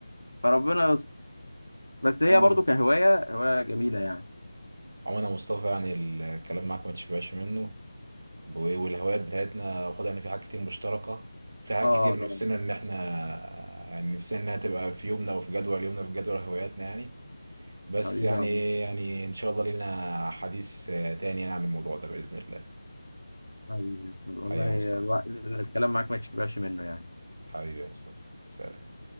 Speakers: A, on the left (about 85°); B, on the right (about 50°).
A: فربنا يستر بس هي
B: عموما
A: برضو كهواية هواية جميلة يعني
B: عموما يا مصطفى يعني الكلام معاك ما تشبعش منه و- والهوايات بتاعتنا واخد يعني في حاجات كتير مشتركه في حاجات
A: اه
B: كتير
A: طبعا
B: نفسنا ان احنا يعني نفسنا انها تبقى في يومنا وفي جدول يومنا في جدول هواياتنا يعني بس
A: حبيبي
B: يعني
A: يا عم
B: يعني ان شاء الله لينا حديث آه، تاني يعني عن الموضوع ده باذن الله
A: حبيبي والله
B: حبيبي يا مصطفى
A: الوقت- الكلام معاك ما تشبعش منه يعني
B: حبيبي يا مصطفى سلام